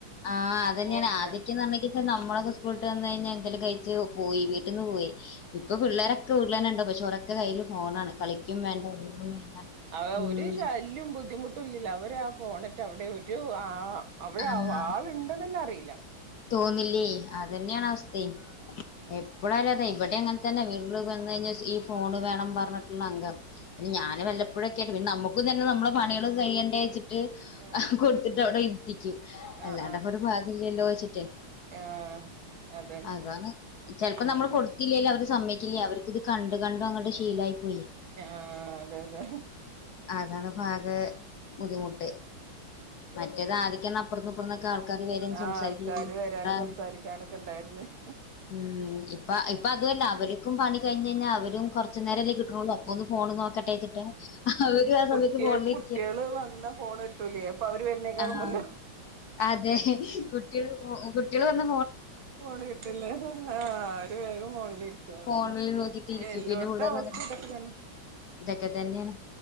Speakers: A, on the left; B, on the right.
A: ആഹ് അതെന്നെണ്
B: ഫോണിലാണ്
A: ആദ്യൊക്കെ പറഞ്ഞേയ്ക്ച്ച നമ്മളൊക്കെ സ്കൂൾട്ട് വന്ന് കഴിഞ്ഞാൽ എന്തേലും കഴിച്ചു പോയി വീട്ടിന്ന് പോയി ഇപ്പൊ പിള്ളേരൊക്കെ വീട്ട്ലെന്നെ ണ്ട് പക്ഷെ കയ്ൽ ഫോണാണ് കളിക്കും വേണ്ട ഒന്നും വേണ്ട
B: അഹ്
A: ഉം
B: ഒരു ശല്യോം ബുദ്ധിമുട്ടുല്ലല്ലോ അവരാ പോണിട്ട് അവിടെ ഒരു ആ അവിടെ
A: ആഹ്
B: ആള്ണ്ടന്നെന്നെ അറിയില്ല.
A: തോന്നില്ലേ അതെന്യാണ് അവസ്‌ത്തെ എപ്പലാരറേ ഇവിടെ അങ്ങ തെന്നെ വീട്ടില് വന്ന് കഴിഞ്ഞാൽ ഈ ഫോണ് വേണംന്ന് പറഞ്ഞിട്ട്ള്ള അംഗാണ് പിന്നെ ഞാന് വല്ലപ്പോഴൊക്കെ ട്ടോ ഇവൽക്ക് ഫോ ക്കും തെന്നെ നമ്മളെ പണികളൊക്കെ കയ്യണ്ടെച്ചിട്ട്
B: ആ
A: കൊടുത്തിട്ട് അവിടെ ഇര്ത്തി
B: ആ ആ
A: അല്ലാണ്ടെപ്പോ
B: ആ
A: ഒരു <unintelligible> ച്ട്ടേ
B: ആ അതന്നെ
A: അതാണ് ചെലപ്പോ
B: ഉം
A: നമ്മള് കൊടുതില്ലെലും അവര് സമ്മയ്ക്കില്ല അവർക്കിത് കണ്ട് കണ്ടങ്ങട് ശീലായിപ്പോയി.
B: ആ അതെ അതെ
A: അതാണിപ്പാകെ ബുദ്ധിമുട്ട്.
B: ഉം
A: മറ്റേത് ആദിക്കെന്നെ അപ്പർന്നിപ്പർന്നൊ ആൾക്കാര് വരും
B: ആ
A: സംസാരിക്കും
B: ആൾക്കാര്
A: ചെയ്യുംബ
B: വരാനും
A: ആ
B: സംസാരിക്കാനൊക്കെ ഉണ്ടായിരുന്നു
A: ഉം പ്പ ഇപ്പ അതുവല്ല അവർക്കും പണി കഴിഞ്ഞയിഞ്ഞ അവരും കൊറച് നേരെല്ലേ കിട്ടണു ഒന്ന് ഫോൺ നോക്കട്ടെച്ചിട്ട് അവരും ആ
B: കുട്ട്യേ
A: സമയത്ത് ഫോണിലിരിക്കരുത്
B: കുട്ട്യേള് വന്ന ഫോൺ കിട്ടൂലേ അപ്പൊ അവര് വര്ണെക്കാളും
A: ആഹ്
B: മുന്നെ
A: അതെ ഹ ഹകുട്ട്യേൾ പ്പൊ കുട്ട്യേൾ പ
B: ഫോണ് കിട്ടില്ല ആഹ് അവര് വേഗം ഫോണിലിരിക്കും അതന്നെ
A: ഫോണിൽ നോക്കിട്ട് ഇരിക്കും
B: എല്ലോട്ത്തും
A: പിന്നെ പിള്ളേര്
B: അവ
A: വന്നിട്ട്
B: ഇതൊക്കതന്നെ
A: ഇതൊക്കെ തെന്നെണ്